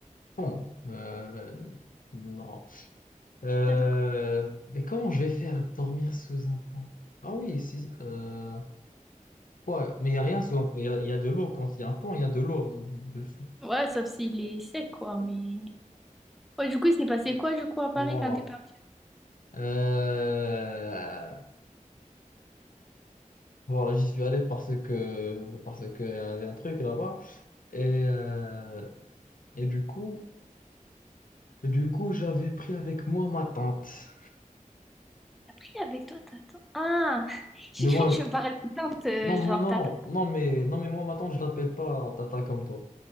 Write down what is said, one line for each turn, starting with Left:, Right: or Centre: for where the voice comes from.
Left: Bon, euh, non. Euh,
Centre: D'accord.
Left: mais comment je vais faire dormir sous un pont? Ah oui, si. euh, quoi? Mais il n'y a rien sous un pont. Il y a, il y a de l'eau. Quand il y a un pont, il y a de l'eau euh, dessous.
Centre: Ouais, sauf s'il est sec, quoi, mais... Ouais, du coup, il s'est passé quoi, du coup, à Paris
Left: Wow.
Centre: quand t'es parti?
Left: Euh, Voilà, j'y suis allé parce que parce qu'il y avait un truc là-bas. Et, euh, et du coup, du coup, j'avais pris avec moi ma tante.
Centre: Après, avec toi, t'attends. Ah, <laughs> j'ai
Left: Mais
Centre: cru
Left: moi,
Centre: que tu me parlais de teinte, euh,
Left: non,
Centre: genre
Left: moi, non,
Centre: tata.
Left: non, non, mais non, mais moi, ma tante, je l'appelle pas Tata comme toi.